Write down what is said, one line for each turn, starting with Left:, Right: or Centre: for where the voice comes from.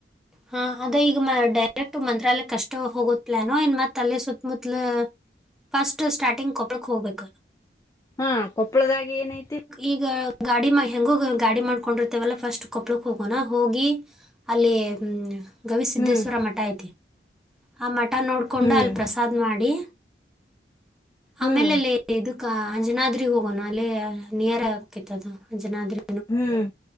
Centre: ಹಾ ಅದೇ ಈಗ ಡೈರೆಕ್ಟ್ ಮಂತ್ರಾಲಯ ಕಷ್ಟ ಹೋಗೋದ್ ಪ್ಲಾನೊ ಏನ್ ಮತ್ ಅಲ್ಲೇ ಸುತ್ತಮತ್ಲು ಫಸ್ಟ್ ಸ್ಟಾರ್ಟಿಂಗ್ ಕೊಪ್ಪುಳಕ್ ಹೋಗ್ಬೇಕು.
Left: ಹಾ ಕೊಪ್ಪಳದಾಗಿ ಏನೈತಿ?
Centre: ಈಗ ಗಾಡಿ ಮ ಹೆಂಗೂ ಗಾಡಿ ಮಾಡ್ಕೊಂಡಿರ್ತೇವಲ್ಲ ಫಸ್ಟ್ ಕೊಪ್ಳಕ್ ಹೋಗೋಣ ಹೋಗಿ ಅಲ್ಲಿ ಹ್ಮ ಗವಿಸಿದ್ದೇಶ್ವರ
Left: ಹ್ಮ್
Centre: ಮಠ ಐತಿ ಆ ಮಠ ನೋಡ್ಕೊಂಡು
Left: ಹ್ಮ್
Centre: ಅಲ್ಲಿ ಪ್ರಸ ದ್ ಮಾಡಿ
Left: ಹ್ಮ್
Centre: ಆಮೇಲೆ ಲ್ಲೇ ಇದು ಗ ಅಂಜನಾದ್ರಿ ಹೋಗೋಣ ಅಲ್ಲಿ ನಿಯರ್ ಆಗ್ಕಿತ್ದು ಅಂಜನಾದ್ರಿ.
Left: ಹ್ಮ್